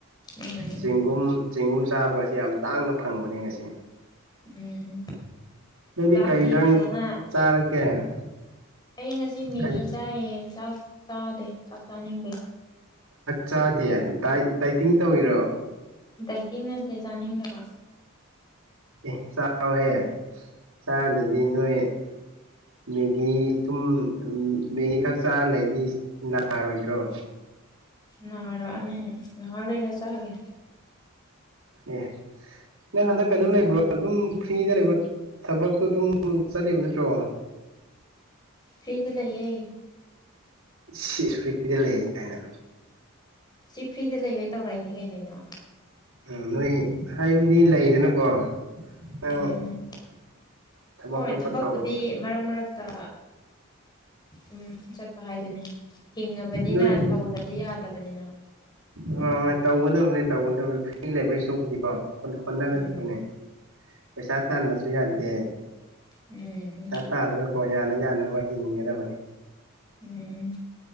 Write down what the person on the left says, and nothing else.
ꯎꯝ
ꯎꯝ
ꯆꯥꯛꯇꯤ
ꯐꯖꯅ
ꯑꯩ ꯉꯁꯤ ꯃꯦꯒꯤ
ꯆꯥꯏꯌꯦ ꯆꯥꯛ ꯆꯥꯗꯦ ꯆꯥꯛ ꯆꯥꯅꯤꯡꯕꯦ
ꯗꯥꯏꯇꯤꯡ ꯅꯠꯇꯦ ꯆꯥꯅꯤꯡꯗꯕ
ꯅꯥꯔꯛꯑꯅꯤ ꯉꯥꯏꯍꯥꯛ ꯂꯩꯔ ꯆꯥꯒꯦ
ꯐ꯭ꯔꯤꯗ ꯂꯩꯌꯦ
ꯁꯤ ꯐ꯭ꯔꯤꯗ ꯂꯩꯕꯩ ꯇꯧꯔꯛꯏꯅꯦ ꯀꯩꯅꯩꯅꯣ
ꯎꯝ
ꯍꯣꯏ
ꯊꯕꯛꯄꯨꯗꯤ
ꯃꯔꯛ ꯃꯔꯛ ꯇ ꯎꯝ ꯆꯠꯄ ꯍꯥꯏꯗꯨꯅꯤ ꯍꯤꯡꯉꯕꯅꯤꯅ
ꯇꯧꯗꯗꯤ ꯌꯥꯗꯕꯅꯤꯅ
ꯎꯝ
ꯎꯝ
ꯎꯝ